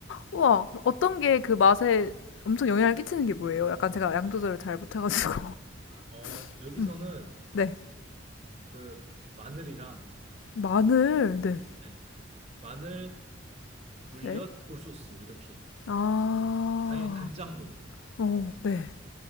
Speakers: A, on the left; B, on the right.
A: 우와, 어떤 게 그 맛에 엄청 영향을 끼치는 게 뭐예요? 약간 제가 양 조절을 잘 못해가지고.
B: 어,
A: <laughs>
B: 여기서는
A: 음, 네.
B: 그 마늘이랑
A: 마늘, 네.
B: 네, 마늘, 물엿,
A: 네.
B: 굴소스 이렇게.
A: 아,
B: 아, 당연히 간장도
A: 오, 네.